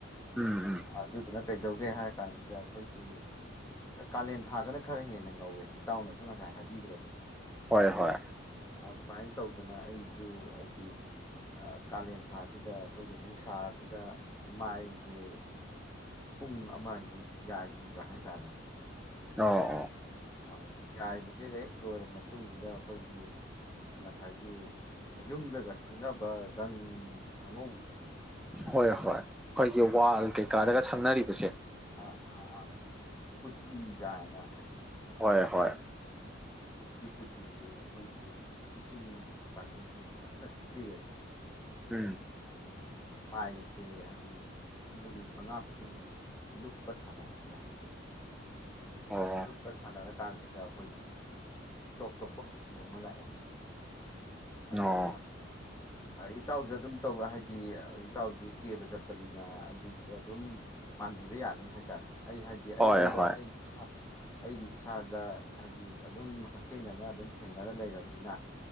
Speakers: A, in the centre; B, on the left.
A: ꯎꯝ ꯎꯝ
B: ꯑꯗꯨꯗꯨꯅ ꯀꯩꯗꯧꯒꯦ ꯍꯥꯏꯔ ꯀꯥꯟꯗ ꯑꯩꯈꯣꯏꯒꯤ ꯀꯥꯂꯦꯟ ꯊꯥꯗꯅ ꯈꯔ ꯍꯦꯟꯅ ꯉꯧꯋꯦ ꯏꯇꯥꯎꯅꯁꯨ ꯉꯁꯥꯏ ꯍꯥꯏꯕꯤꯈ꯭ꯔꯦꯗꯅ
A: ꯍꯣꯏ ꯍꯣꯏ
B: ꯑꯗꯨꯃꯥꯏꯅ ꯇꯧꯗꯅ ꯑꯩꯁꯨ ꯍꯥꯏꯗꯤ ꯀꯥꯂꯦꯟ ꯊꯥꯁꯤꯗ ꯑꯩꯈꯣꯏꯒꯤ ꯅꯨꯡꯁꯥꯁꯤꯗ ꯃꯥꯏ ꯁꯦ ꯄꯨꯡ ꯑꯃ ꯑꯅꯤ ꯌꯥꯏꯕꯤꯕ ꯍꯥꯏꯇꯥꯔꯦꯅꯦ
A: ꯑꯣ ꯑꯣ
B: ꯍꯣꯏ ꯆꯥꯏꯕꯁꯤꯗꯩ ꯂꯣꯏꯔꯕ ꯃꯇꯨꯡꯁꯤꯗ ꯑꯩꯈꯣꯏꯒꯤ ꯉꯁꯥꯏꯒꯤ ꯌꯨꯝꯗꯒ ꯁꯪꯅꯕ ꯔꯪ ꯑꯉꯧꯕ
A: ꯍꯣꯏ ꯍꯣꯏ ꯑꯩꯈꯣꯏꯒꯤ ꯋꯥꯜ ꯀꯩꯀꯥꯗꯒ ꯁꯝꯅꯔꯤꯕꯁꯦ
B: ꯑ ꯑꯥ ꯑꯥ ꯄꯨ ꯄꯨꯠꯇꯤꯒꯥꯏꯅ
A: ꯍꯣꯏ ꯍꯣꯏ
B: ꯑꯗꯨꯒꯤ ꯄꯨꯇꯤꯁꯦ ꯑꯩꯈꯣꯏꯒꯤ ꯏꯁꯤꯡ ꯕꯥꯇꯤꯟꯁꯤꯗ ꯐꯖꯅ ꯊꯤꯠꯄꯤꯔꯦꯅ
A: ꯎꯝ
B: ꯑꯗꯨꯒ ꯃꯥꯏꯁꯦ ꯍꯥꯏꯗꯤ ꯃꯤꯅꯤꯠ ꯃꯉꯥ ꯈꯨꯗꯤꯡꯒꯤ ꯂꯨꯞꯄ ꯁꯥꯟꯅꯕ ꯍꯥꯏꯇꯥꯔꯦ
A: ꯑꯣ
B: ꯂꯨꯞꯇ ꯁꯥꯟꯅꯔꯀꯥꯟꯁꯤꯗ ꯑꯩꯈꯣꯏꯒꯤ ꯇꯣꯞ ꯇꯣꯞꯄ ꯀꯨꯆꯨꯂꯨ ꯑꯃ ꯂꯥꯛꯑꯦꯕ ꯁꯤꯗ ꯑꯗꯨꯅ
A: ꯑꯣ
B: ꯏꯇꯥꯎꯁꯨ ꯑꯗꯨꯝ ꯇꯧ ꯍꯥꯏꯗꯤ ꯏꯇꯥꯎꯁꯨ ꯀꯦꯕ ꯆꯠꯄꯅꯤꯅ ꯑꯗꯨꯒꯤꯗꯣ ꯑꯗꯨꯝ ꯄꯥꯟꯝꯕꯤꯕ ꯌꯥꯅꯤ ꯍꯥꯏꯇꯥꯔꯦ ꯑꯩ ꯍꯥꯏꯗꯤ ꯑꯩꯉꯣꯟꯗ
A: ꯍꯣꯏ ꯍꯣꯏ
B: ꯑꯩ ꯏꯁꯥ ꯑꯩꯒꯤ ꯏꯁꯥꯗ ꯍꯥꯏꯗꯤ ꯑꯗꯨꯝ ꯍꯛꯊꯦꯡꯅꯅ ꯑꯗꯨꯝ ꯊꯦꯡꯅꯔ ꯂꯩꯔꯕꯅꯤꯅ